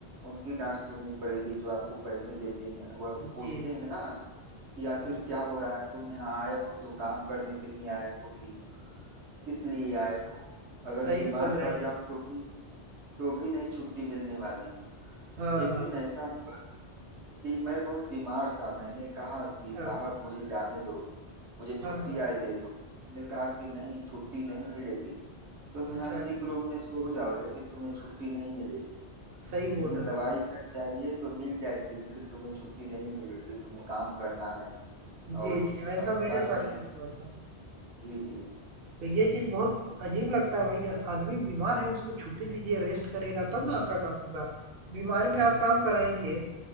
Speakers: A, on the right; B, on the right.
A: उनकी डांट सुननी पड़ेगी जो आपको पैसे देते हैं वह
B: जी, जी।
A: पूछते हैं ना कि आखिर
B: हाँ,
A: क्या हो रहा है तुम यहाँ आए हो तो काम करने के लिए आए हो कि किस लिए आए हो अगर
B: सही
A: बीमार
B: बोल रहे
A: पड़ जाओ
B: हैं।
A: तो भी तो भी नहीं छुट्टी मिलने वाली है
B: हाँ,
A: एक
B: हाँ।
A: दिन ऐसा हुआ कि मैं बहुत बीमार था मैंने कहा कि
B: अच्छा,
A: साहब मुझे जाने दो मुझे छुट्टी
B: हाँ, हाँ।
A: आज दे दो उन्होंने कहा कि नहीं छुट्टी नहीं मिलेगी तुम
B: अच्छा,
A: यहाँ
B: अच्छा।
A: सिक रूम में सो जाओ लेकिन तुम्हें छुट्टी नहीं मिलेगी
B: सही बोल
A: तुम्हें
B: रहे
A: दवाई
B: हैं।
A: अगर चाहिए तो मिल जाएगी लेकिन तुम्हें छुट्टी नहीं मिलेगी तुम्हें काम करना है
B: जी,
A: और
B: जी, ऐसा
A: अब
B: मेरे
A: क्या
B: साथ
A: करें
B: भी हुआ था।
A: जी जी
B: तो ये चीज़ बहुत अजीब लगता है भाई आदमी बीमार है उसको छुट्टी दीजिए रेस्ट करेगा तब ना आपका काम होगा बीमारी में आप काम कराएंगे